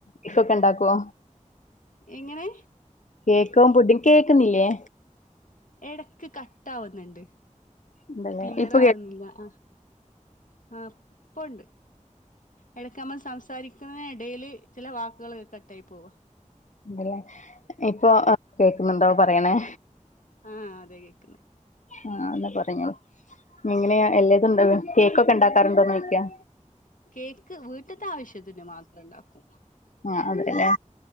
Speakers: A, on the left; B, on the left.
A: ഇഫ് ഒക്കെ ണ്ടാക്കോ
B: എങ്ങനെ
A: കേക്കും പുഡിങ്ങും കേക്കുന്നില്ലേ
B: ഇടക്ക് കട്ടാവുന്നുണ്ട്
A: ഉണ്ടല്ലേ
B: ക്ലിയർ
A: ഇപ്പൊ
B: ആവുന്നില്ല
A: കേ
B: ആഹ് ആഹ് പ്പോണ്ട് എടക്ക് നമ്മൾ സംസാരിക്കുന്നതിന് ടെല് ചല വാക്കുകൾ കട്ടായി പോവ
A: ഉണ്ടല്ലേ ഇപ്പൊ കേക്കുന്നുണ്ടോ പറയണേ
B: ആഹ് അതെ കേക്കുന്ന്
A: ആഹ് എന്നാ പറഞ്ഞോ ഇങ്ങനെയ എല്ലാരുണ്ടോ കേക്കൊക്കെ ഉണ്ടാക്കാറുണ്ടോ ചോയ്ക്ക
B: കേക്ക് വീട്ടിത്തെ ആവശ്യത്തിന് മാത്രം ഉണ്ടാക്കും
A: ആഹ് അതെലെ